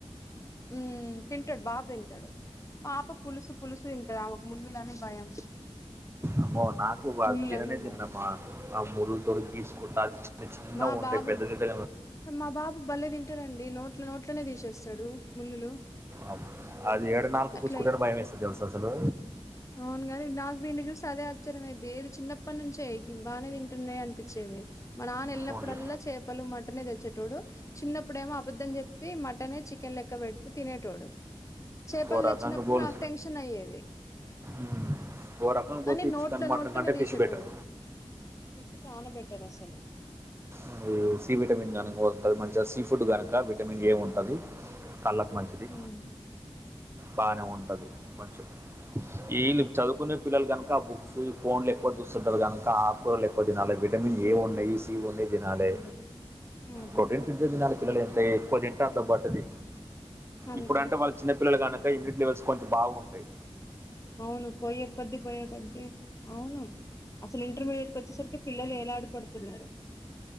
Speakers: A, on the left; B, on the right.
A: ఉమ్ తింటాడు బాబ తింటాడు పాప పులుసు పులుసు తింటాది ఆమెకు ముళ్ళులనే భయం
B: అమ్మో నాకు అది
A: ముళులనే
B: తిననే తినమ్మా
A: భయం
B: ఆ ముళ్ల తొడుకి గ తీసుకుంటా అది చిన్న చిన్నగా
A: మా
B: ఉంటాయి
A: బాబు
B: పెద్ద జడ్
A: మా బాబు బల్లేె తింటారండి నోట్లు నోట్లనే తీసేస్తాడు ముళ్ళులు
B: అ అది ఎర్డు నాలుకకు
A: అట్లా
B: కూచకుంట భయం వేస్తది తెలుస అసలు
A: అవును గాని నాకు వీడిని చూసి అదే అచ్చరమే దేరు చిన్నప్పటి నుంచే అయిం బాగానే తింటున్నాయి అనిపించేది మన నాన్న వెళ్ళినప్పుడల్లా
B: ఓన్లీ
A: చేపలు మ మటనే తెచ్చేటోడు చిన్నప్పుడేమో అబద్ద్దం చెప్పి మటనే చికెన్ లెక్క పెడుతే తినేటోడు చేపలు
B: ఓ
A: తెచ్చినప్పుడు
B: రకంగా బోలు
A: నాకు టెన్షన్ అయ్యేది
B: ఉమ్. ఓ రకంగా
A: కానీ
B: పోతే ఈ
A: నోట్ల
B: చికెన్ మటన్
A: నోట్లనే
B: కంటే
A: తీసేటోడు
B: ఫిష్ బెటర్
A: ఇది చాలా బెటర్ అసలు
B: అది సీ విటమిన్ కనుకస్తుంటుంది మంచిగా సీ ఫుడ్ కనుక విటమిన్ ఏ ఉంటుంది కళ్ళకు మంచిది
A: ఉమ్
B: బానే ఉంటుంది కొంచెం వీళ్ళు చదువుకునే పిల్లలు కనుక బుక్స్ ఈ ఫోన్లు ఎక్కువ చూస్తుంటారు కనుక ఆకుకూరలు ఎక్కువ తినాల విటమిన్ ఏ ఉన్నాయి సి ఉన్నాయి తినలే
A: అది అదే
B: ప్రోటీన్ ఫితుది తినాలి పిల్లలు ఎంత ఎక్కువ తింటే అంత పట్టది
A: అంతే
B: ఇప్పుడంటే వాళ్ళ చిన్న పల్లలు కనుకకాయ్యూనిటీ లవెల్స్ కొంచం బాగు ఉంటాయి
A: అవును పోయ కొద్ది పోయ కొద్ది అవును అసలు ఇంటర్వెల్ వచ్చేసరికి పిల్లలు ఎలా ఆడి పడుతున్నారు